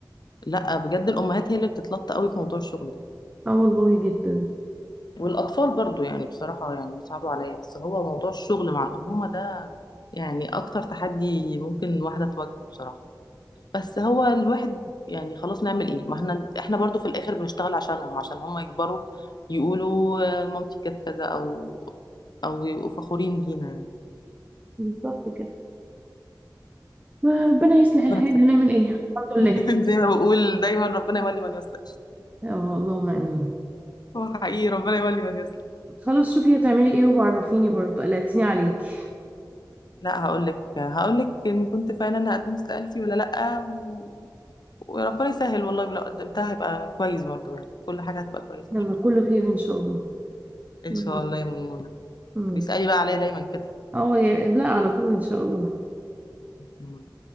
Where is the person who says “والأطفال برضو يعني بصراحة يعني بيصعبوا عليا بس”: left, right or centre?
Left